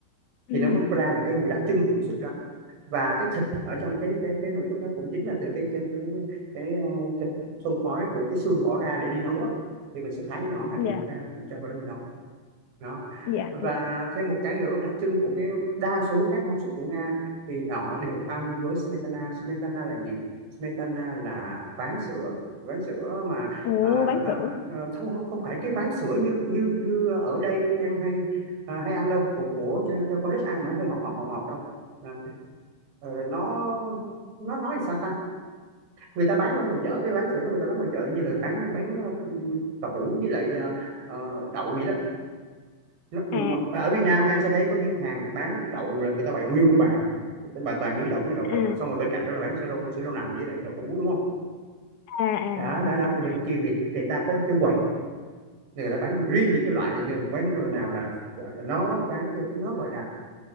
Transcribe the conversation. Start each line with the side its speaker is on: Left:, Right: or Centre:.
Left: Ừ,
Right: thì nó mới ra được cái mùi đặc trưng của cái súp đó và cái thịt ở trong cái cái cái nồi súp đó cũng chính là từ cái cái cái cái ờ, thịt xông khói của cái xương bỏ ra để đi nấu á thì mình sẽ thái nhỏ hạt
Left: dạ,
Right: lựu ra mình cho vào đó mình nấu đó
Left: dạ,
Right: và
Left: dạ.
Right: thêm một cái nữa đặc trưng của cái đa số các món súp của Nga thì họ đều ăn với smetana smetana là gì smetana là ván sữa ván sữa mà
Left: Ồ,
Right: à,
Left: bán
Right: à,
Left: sữa.
Right: à, không không không phải cái ván sữa như như như ở đây em hay à, hay ăn đâu của của cho, cho con nít ăn mà hơi ngọt ngọt ngọt ngọt đâu à, ờ, nó nó nói sao ta người ta bán ở ngoài chợ cái bán sữa đó người ta bán ngoài chợ như là bán bán ừ, cà hũ với lại ờ, ờ, đậu vậy đó nó, ừ,
Left: À,
Right: hoặc à, ở Việt Nam em sẽ thấy có những hàng bán đậu là người ta bày nguyên một cái bàn bà toàn mí đậu mí đậu đậu
Left: à,
Right: đậu. xong rồi bên cạnh đó là bán sữa đậu sữa đậu nành với lại đậu hũ đúng không
Left: à, à,
Right: đó đó đó
Left: à,
Right: thì
Left: à.
Right: bên kia người, người ta có một cái quầy người ta bán riêng những cái loại ờ, bán nào là ờ, nó bán cái nó gọi là